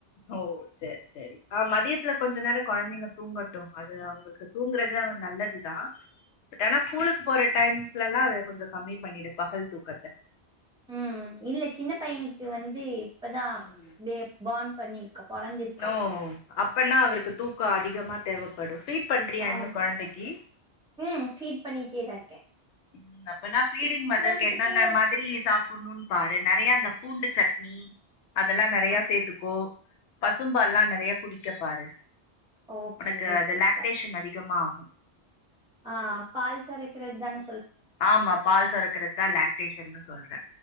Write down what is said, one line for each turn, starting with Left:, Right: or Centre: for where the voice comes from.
Left: ஓ சேரி சேரி அ மதியத்துல கொஞ்ச நேரோ கொழந்தைக தூங்கட்டு அது அவங்களுக்கு தூங்குறது நல்லதுதா பட் ஆனா ஸ்கூலுக்கு போற டைம்ஸ்ல எல்லா அத கொஞ்சோ கம்மி பண்ணிடு பகல் தூக்கத்த
Centre: ம் இல்ல சின்ன பையனுக்கு வந்து இப்பதா
Left: ம்
Centre: பே பர்ன் பண்ணிருக்க பொறந்து இருக்
Left: நோ அப்பனா அவருக்கு தூக்கோ அதிகமா தேவைப்படு ஃபீட் பண்றியா
Centre: ஆம்
Left: இன்னு கொழந்தைக்கி
Centre: ம் ஃபீட் பண்ணிட்டே தா இருக்கே
Left: ம் அப்பனா ஃபிடிங்
Centre: சிக்ஸ்
Left: மதர்க்கு
Centre: மந்த்துக்கு
Left: என்னென்ன மா திரி சாப்பிடணு பாரு நெறைய அந்த பூண்டு சட்னி அதெல்லா நெறைய
Centre: ஆ
Left: சேத்துக்கோ பசும்பாலல்லா நெறைய குடிக்கப் பாரு
Centre: ஓகே
Left: உனக்கு
Centre: ஓகே
Left: அது லாக்டேஷன்
Centre: அக்கா
Left: அதிகமா ஆகு
Centre: அ பால் சொரக்கறது தானே
Left: ஆமா பால் சொறக்குறது தா லாக்டேஷன்னு சொல்றே